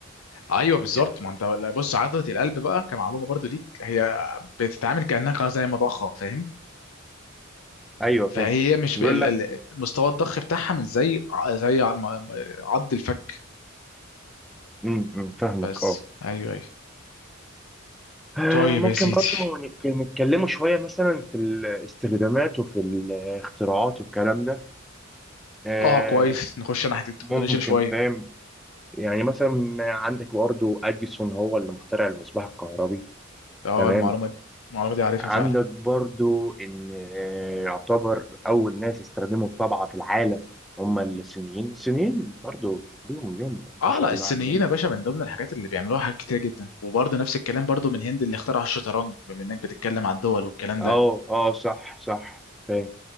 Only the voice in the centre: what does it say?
يعني
ايوه
فاهم
بيقول
لك
امم أمم، فاهمك
اه
آه،
ممكن
برضو نك- نتكلموا شوية مثلا في الاستخدامات وفي الاختراعات والكلام ده آه،
ممكن
فاهم يعني مثلا عندك برضو أديسون هو اللي مخترع المصباح الكهربي
تمام
عندك
برضو إن آه، يعتبر أول ناس استخدموا الطبعة في العالم هم الصينيين الصينيين برضو ليهم ليهم
ما شاء
الله
عندهم
اه اه صح صح فاهم